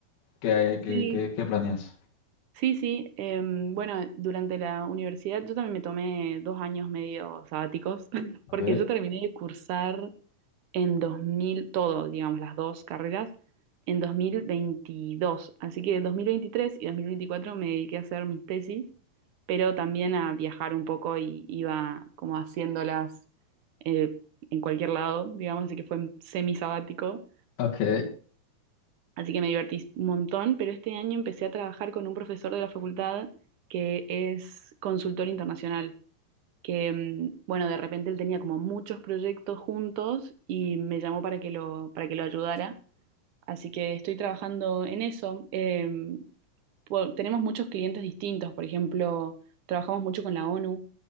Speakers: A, on the left (about 85°); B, on the right (about 65°).
A: qué, qué,
B: sí,
A: qué, qué planeas?
B: Sí, sí. em, bueno, durante la universidad yo también me tomé dos años medio sabáticos, <laughs>
A: Ok,
B: porque yo terminé de cursar en 2000 todo, digamos, las dos carreras, en dos mil veintidós Así que 2023 y 2024 me dediqué a hacer mis tesis, pero también a viajar un poco y iba como haciéndolas eh, en cualquier lado, digamos, así que fue semi sabático.
A: ok,
B: Así que me divertí un montón, pero este año empecé a trabajar con un profesor de la facultad que es consultor internacional, que, mm, bueno, de repente él tenía como muchos proyectos juntos y me llamó para que lo, para que lo ayudara. Así que estoy trabajando en eso. Eh, po- tenemos muchos clientes distintos, por ejemplo, trabajamos mucho con la ONU.